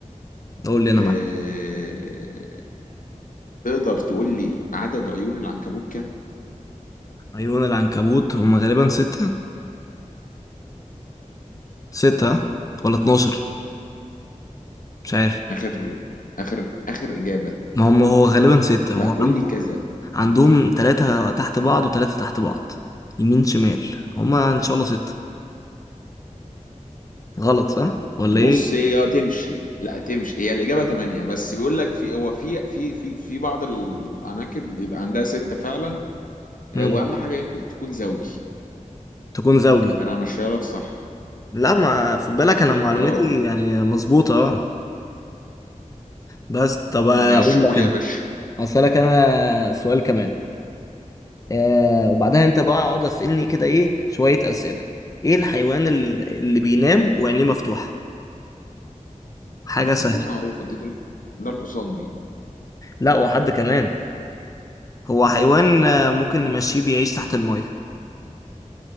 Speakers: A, on the left (about 25°); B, on the left (about 90°).
A: قول لي انا
B: آه...
A: معاك
B: تقدر تقول لي عدد عيون العنكبوت كام
A: عيون العنكبوت هم غالبا ستة ستة ولا 12 مش عارف
B: اخر اخر اخر اجابة
A: ما هم هو غالبا ستة
B: لا
A: هو
B: قول
A: عنده
B: لي كذا
A: عندهم ثلاثة تحت بعض وثلاثة تحت بعض يمين شمال هما ان شاء الله ستة غلط صح ولا
B: بص
A: ايه
B: هي تمشي لا تمشي هي الإجابة تمانية بس بيقول لك في هو في في في في بعض العناكب بيبقى عندها ستة فعلا آه،
A: مم.
B: وأهم حاجة يكون- تكون زوجي
A: تكون زوجي
B: فأنا همشيها لك صح
A: لا ما خد بالك انا معلوماتي
B: اه
A: يعني مظبوطة اه بس طب اقول
B: ماشي قول
A: لك انا
B: يا باشا
A: هسألك أنا سؤال كمان آه وبعدها أنت بقى اقعد أسألني كده إيه شوية أسئلة إيه الحيوان ال- اللي بينام وعينيه مفتوحة؟ حاجة
B: لا
A: سهلة
B: دي معروفة دي ده ده الحصان دي
A: لا وحد كمان هو حيوان آه، ممكن نمشيه بيعيش تحت المية